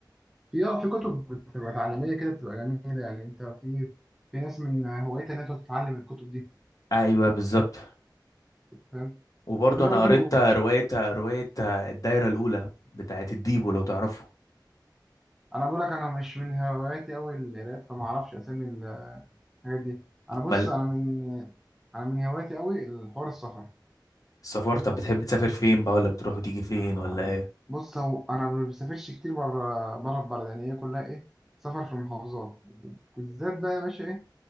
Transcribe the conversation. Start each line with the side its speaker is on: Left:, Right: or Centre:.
Centre: في اه في كتب بتبقى تعليميه كده بتبقى جميله يعني انت في في ناس من هوايتها انها تقعد تتعلم الكتب دي
Left: ايوه بالظبط
Centre: فاهم
Left: وبرضه
Centre: وفي برضو
Left: انا قريت روايه روايه الدايره الاولى بتاعت الديبو لو تعرفه
Centre: انا بقول لك انا مش من هواياتي قوي القراءات فما اعرفش اسامي الحاجات دي انا بص
Left: مال
Centre: انا من انا من هواياتي قوي الحوار السفر
Left: السفر طب بتحب تسافر فين بقى ولا بتروح وتيجي فين
Centre: يعني
Left: ولا ايه
Centre: بص هو انا ما بسافرش كتير بره بره البلد يعني هي كلها ايه سفر في المحافظات بالذات بقى يا باشا ايه